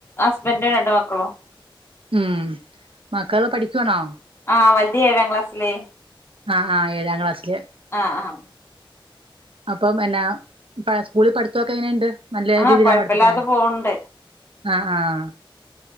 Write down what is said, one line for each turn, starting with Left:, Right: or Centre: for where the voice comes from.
Left: ഹസ്ബൻഡും രണ്ടു മക്കളും.
Right: ഉം മക്കള് പഠിക്കണോ?
Left: ആഹ് വല്ല്യേ ഏഴാം ക്ലാസ്സില്.
Right: ആഹ് ആഹ് ഏഴാം ക്ലാസ്സില്-
Left: ആഹ് ആഹ്.
Right: അപ്പോ പിന്നെ സ്കൂളിൽ പഠിത്തൊക്കെ എങ്ങനെയുണ്ട് നല്ല
Left: ആഹ്
Right: രീതിയിലാണ്
Left: കൊഴപ്പില്ലാതെ
Right: പഠിപ്പിക്കണോ-
Left: പോവ്ണ്ട്
Right: ആഹ് ആഹ്